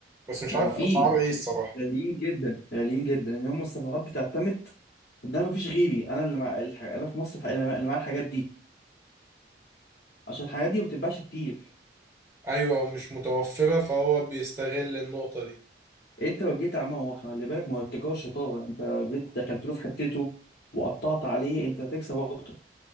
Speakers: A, on the right; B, on the left.
A: بس مش
B: ما
A: عارف
B: هو في
A: اسعار
B: بس
A: ايه الصراحة
B: غاليين جدا غاليين جدا ان هم الصفحات بتعتمد ان انا مفيش غيري انا اللي مع الح... انا في مصر الح- اللي معايا الحاجات دي عشان الحاجات دي ما بتتباعش كتير
A: أيوة مش متوفرة فهو بيستغل النقطة دي
B: انت لو جيت عمال هو خلي بالك ما هو التجاره شطاره انت لو جيت دخلت له في حتته وقطعت عليه انت هتكسب اكتر